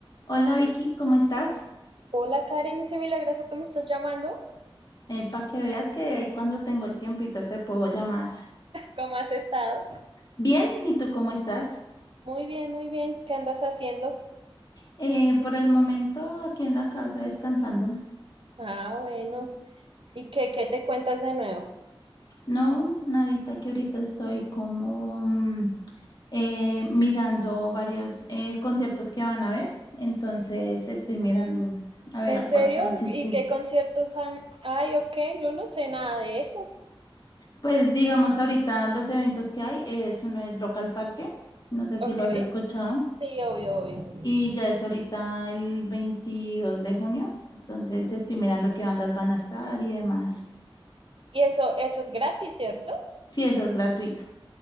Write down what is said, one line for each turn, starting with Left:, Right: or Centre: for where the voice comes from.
Left: Hola Vicky, ¿cómo estás?
Right: Hola Karen, ese milagroso que me estás llamando,
Left: para que veas que ahí cuando tengo el tiempito te puedo llamar.
Right: ¿cómo has estado?
Left: Bien, ¿y tú cómo estás?
Right: Muy bien, muy bien, ¿qué andas haciendo?
Left: Eh, por el momento aquí en la casa descansando.
Right: Ah, bueno, ¿y qué, qué te cuentas de nuevo?
Left: No, nadita, que ahorita estoy como mm, eh, mirando varios eh, conciertos que van a ver, entonces estoy mirando a ver
Right: ¿En
Left: a
Right: serio?
Left: cuál puedo asistir.
Right: ¿Y qué conciertos han? Ay, ok, yo no sé nada de eso.
Left: Pues digamos ahorita los eventos que hay, eh, es uno es Rock al Parque, no sé si
Right: Ok,
Left: lo has escuchado.
Right: sí, obvio, obvio.
Left: Y ya es ahorita el 22 de junio, entonces estoy mirando qué bandas van a estar y demás.
Right: Y eso, eso es gratis, ¿cierto?
Left: Sí, eso es gratuito.